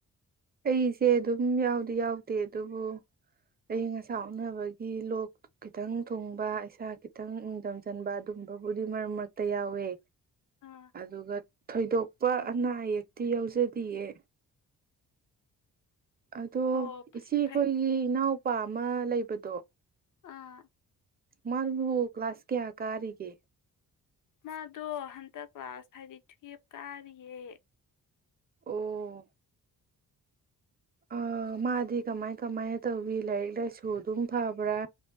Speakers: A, on the right; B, on the left.
A: ꯑꯩꯁꯦ ꯑꯗꯨꯝ ꯌꯥꯎꯗꯤ ꯌꯥꯎꯗꯦ ꯑꯗꯨꯕꯨ ꯑꯏꯪ ꯑꯁꯥ ꯎꯅꯕꯒꯤ ꯂꯣꯛ ꯈꯤꯇꯪ ꯊꯨꯡꯕ ꯏꯁꯥ ꯈꯤꯇꯪ ꯅꯤꯡꯪꯊꯝꯖꯟꯕ ꯑꯗꯨꯝꯕꯕꯨꯗꯤ ꯃꯔꯛ ꯃꯔꯛꯇ ꯌꯥꯎꯋꯦ
B: ꯑꯥ
A: ꯑꯗꯨꯒ ꯊꯣꯏꯗꯣꯛꯄ ꯑꯅꯥ ꯑꯌꯦꯛꯇꯤ ꯌꯥꯎꯖꯗꯤꯌꯦ ꯑꯗꯣ
B: ꯍꯣ ꯐꯩ
A: ꯏꯆꯦꯈꯣꯏꯒꯤ
B: ꯐꯩ
A: ꯏꯅꯥꯎꯄꯥ ꯑꯃ ꯂꯩꯕ ꯎꯞꯄꯗꯣ
B: ꯑꯥ
A: ꯃꯥꯜꯕꯨ ꯀ꯭ꯂꯥꯁ ꯀꯦꯌꯥ ꯀꯥꯒꯤ
B: ꯃꯥꯗꯣ ꯍꯟꯗꯛ ꯂꯥꯁ ꯍꯥꯏꯗꯤ ꯇꯨꯌꯦꯦꯞ ꯀꯥꯔꯤꯌꯦ
A: ꯑꯣ ꯑ ꯃꯥꯗꯤ ꯀꯃꯥꯏ ꯀꯃꯥꯏꯅ ꯇꯧꯕꯤ ꯂꯥꯏꯔꯤꯛ ꯂꯥꯏꯁꯨ ꯑꯗꯨꯝ ꯐꯕ꯭ꯔꯥ